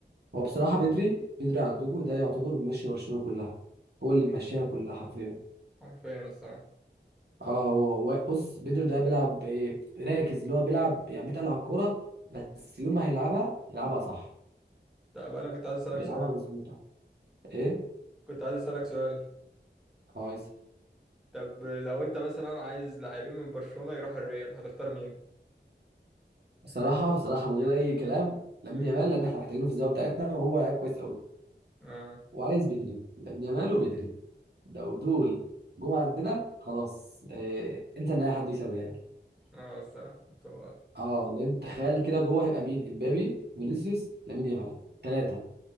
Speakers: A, on the right; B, in the centre.
A: هو بصراحه بدري بدري عندكم ده يعتبر ماشي برشلونه كلها هو اللي ماشيها كلها حرفيا
B: حرفيا الصراحة
A: اه هو وا- بص بدري ده بيلعب ايه راكز اللي هو بيلعب يعني بيتقل على الكوره بس يوم ما هيلعبها يلعبها صح
B: طب أنا كنت عايز أسألك
A: ويلعبها
B: سؤال
A: مظبوطه ايه
B: كنت عايز أسألك سؤال
A: كويس
B: طب لو انت مثلا عايز لاعبين من برشلونة يروحوا الريال هتختار مين؟
A: بصراحه بصراحه من غير اي كلام لامين
B: امم
A: يامال لان احنا محتاجينه في الزاويه بتاعتنا وهو لعيب كويس قوي
B: اه
A: وعايز بدري لامين يامال وبدري لو دول جم عندنا خلاص اه انت ان اي حد يكسب يعني
B: اه الصراحة انتوا
A: اه لان تخيل كده جوه هيبقى مين امبابي فينيسيوس لامين يامال ثلاثه